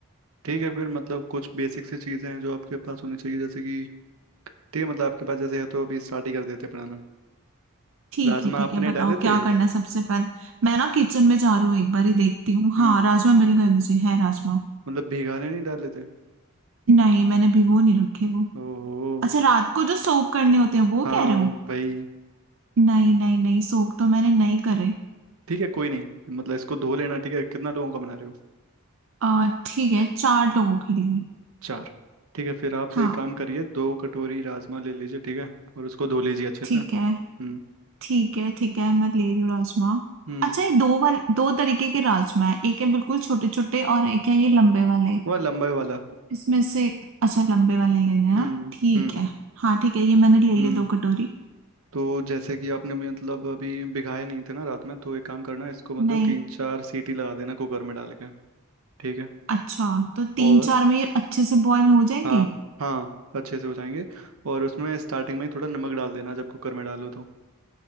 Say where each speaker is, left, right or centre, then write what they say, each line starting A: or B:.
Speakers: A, on the right; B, on the right.
A: ठीक है फिर मतलब कुछ बेसिक सी चीज़ें हैं जो आपके पास होनी चाहिए जैसे कि ठीक है मतलब आपके पास जैसे है तो अभी स्टार्ट ही कर देते हैं बनाना
B: ठीक
A: राजमा
B: है ठीक
A: आपने
B: है बताओ
A: डाले
B: क्या
A: थे
B: करना है सबसे पहले मैं ना किचन में जा रही हूँ एक बार ही देखती हूँ हाँ
A: हम्म
B: राजमा मिल गए मुझे है राजमा
A: मतलब भिगाने नहीं डाले थे
B: नहीं मैंने भिगो नहीं रखे वो
A: ओहो
B: अच्छा रात को जो सोक करने होते हैं वो
A: हाँ
B: कह रहे हो
A: भाई
B: नहीं नहीं नहीं सोक तो मैंने नहीं करे
A: ठीक है कोई नहीं मतलब इसको धो लेना ठीक है कितना लोगों का बना रहे हो
B: आ ठीक है चार लोगों के लिए
A: चार ठीक है फिर आप
B: हाँ
A: एक काम करिए दो कटोरी राजमा ले लीजिए ठीक है और उसको धो लीजिए अच्छे
B: ठीक
A: से हम्म
B: है ठीक है ठीक है मैं ले रही हूँ राजमा
A: हम्म
B: अच्छा ये दो वाले दो तरीके के राजमा है एक है बिल्कुल छोटे छोटे और एक है ये लंबे वाले
A: वह लंबे वाला
B: इसमें से अच्छा लंबे वाले लेने हैं
A: हम्म
B: ना ठीक
A: हम्म
B: है हाँ ठीक है ये मैंने ले लिए
A: हम्म
B: दो कटोरी
A: तो जैसे कि आपने मतलब अभी भिगाए नहीं थे ना रात में तो एक काम करना इसको मतलब
B: नहीं
A: तीन चार सीटी लगा देना कुकर में डाल के ठीक है
B: अच्छा तो
A: और
B: तीन चार में ये अच्छे से बॉईल हो जाएंगे
A: हाँ हाँ अच्छे से हो जाएंगे और उसमें स्टार्टिंग में ही थोड़ा नमक डाल देना जब कुकर में डालो तो